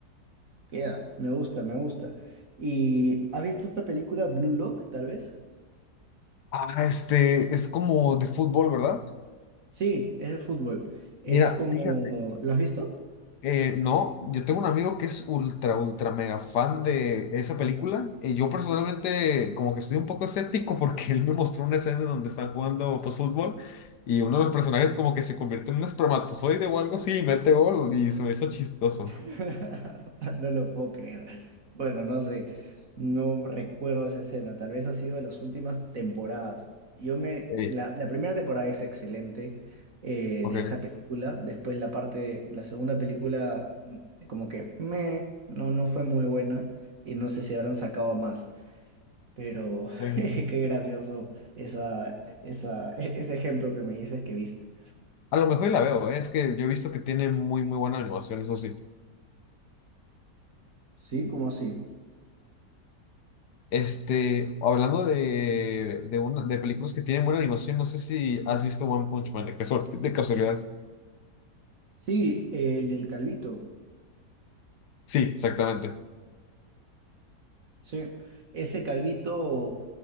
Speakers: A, on the right (about 55°); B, on the left (about 75°).
A: Queda, me gusta, me gusta. ¿Y has visto esta película Blue Lock, tal vez?
B: Ah, este, es como de fútbol, ¿verdad?
A: Sí, es de fútbol. Es
B: Mira,
A: como...
B: fíjate,
A: ¿Lo has visto?
B: eh, no, yo tengo un amigo que es ultra, ultra mega fan de esa película y yo personalmente como que estoy un poco escéptico porque <laughs> él me mostró una escena en donde están jugando pues fútbol y uno de los personajes como que se convierte en un espermatozoide o algo así y mete gol y se me hizo chistoso.
A: <laughs> No lo puedo creer. Bueno, no sé, no recuerdo esa escena. Tal vez ha sido de las últimas temporadas. Yo me...
B: Eh,
A: La, la primera temporada es excelente eh,
B: ok.
A: de esta película. Después la parte, la segunda película, mm, como que me, no, no fue muy buena. Y no sé si habrán sacado más. Pero
B: Eh,
A: <laughs> qué gracioso esa, esa, e- ese ejemplo que me dices que viste.
B: A lo mejor y la veo, eh, Es que yo he visto que tiene muy, muy buena animación, eso sí.
A: Sí, ¿cómo así?
B: Este, hablando de, de, una, de películas que tienen buena animación, no sé si has visto One Punch Man, de, casual- de casualidad.
A: Sí, el del Calvito.
B: Sí, exactamente.
A: Sí, ese Calvito